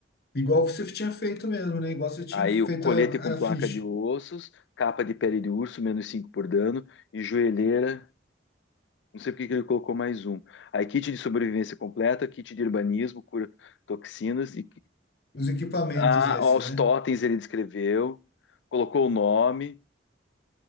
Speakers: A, on the left; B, on the left.
A: Igual você tinha feito mesmo, né? Igual você tinha
B: Aí
A: feito
B: o colete
A: a,
B: com placa
A: a ficha.
B: de ossos, capa de pele de urso, menos 5 por dano, e joelheira. Não sei por que que ele colocou mais um. Aí kit de sobrevivência completa, kit de urbanismo, cura toxinas. E...
A: Os equipamentos
B: Ah,
A: esses,
B: ó, os
A: né?
B: totens ele descreveu, colocou o nome.